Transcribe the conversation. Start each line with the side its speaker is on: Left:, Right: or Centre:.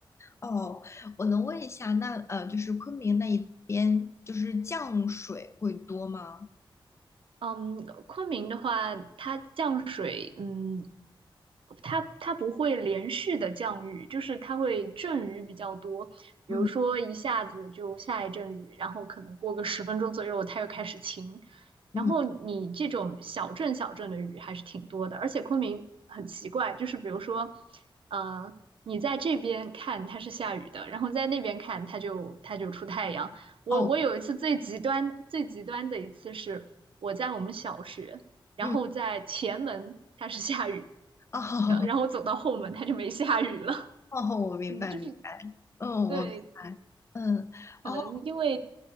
Left: 哦，我能问一下，那呃，就是昆明那一边，就是降水会多吗？
Right: 嗯，昆明的话，它降水，嗯，它它不会连续的降雨，就是它会阵雨比较多，比如说一下子就下一阵雨，
Left: 嗯
Right: 然后可能过个十分钟左右，它又开始晴，
Left: 嗯，
Right: 然后你这种小阵小阵的雨还是挺多的，而且昆明很奇怪，就是比如说，呃，你在这边看它是下雨的，然后在那边看它就它就出太阳。我我有一次最极端最极端的一次是我在我们小学，
Left: 哦，
Right: 然后在前门它是下雨
Left: 嗯，哦，
Right: 的，然后我走到后门它就没下雨了。
Left: <laughs> 哦，
Right: <laughs>
Left: 我明白明白，
Right: 嗯，就是
Left: 嗯，
Right: 对，
Left: 我明白，嗯。
Right: 可能因为
Left: 哦，